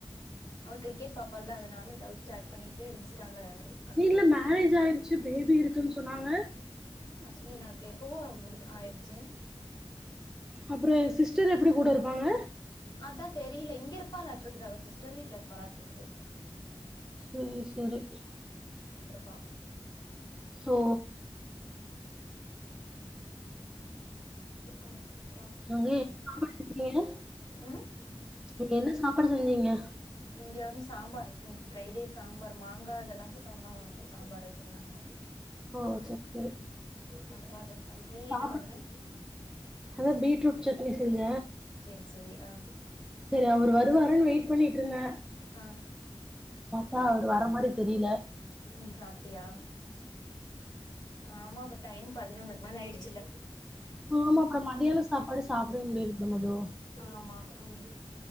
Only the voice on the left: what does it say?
அவ கிரிக்கெட் பாப்பால்ல அதனால ஏதாவ்து சேட் பண்ணிட்டு இன்ஸ்டால அனுப்பிட்டு
இருப்பே
ஸ்மினாக்கு எப்பவோ முடி ஆயிடுச்சி
அதா தெரியில இங்க இருப்பாளாட்ருக்குது அவ சிஸ்டர் வீட்ல இருப்பாளாட்ருக்குது
அ
அ
ம்
இங்க வந்து சம்பாரு இன்னக்கி ஃப்ரைடே சாம்பார் மாங்கா அதெல்லா போட்டு அம்மா சாம்பார் வெச்சிருந்தாங்க
சாம்பார் ரசம் நீ
என்ன பண்ண
சேர் செரி அ
ஆ
நீ சாப்ட்டியா ஆமா இப்ப டைம் பதினொன்னுக்கு மேல ஆய்டுச்சுல்ல
ஆமா உம்